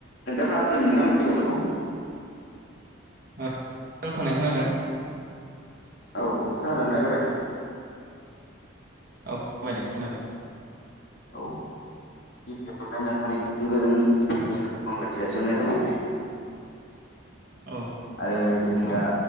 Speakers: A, on the left (about 55°); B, on the right (about 45°).
A: नोंथांहा <unintelligible> आंनि माथोखौ
B: अ नांथानाय खोनादों
A: औ खोनादोंना एबारो?
B: औ बाय दे खोनाबाय
A: औ गिबियावनो नोंथांनिसिम गोजोन हरनाय थाबाय
B: औ
A: आरो जोंनि
B: खोनाबाय
A: दा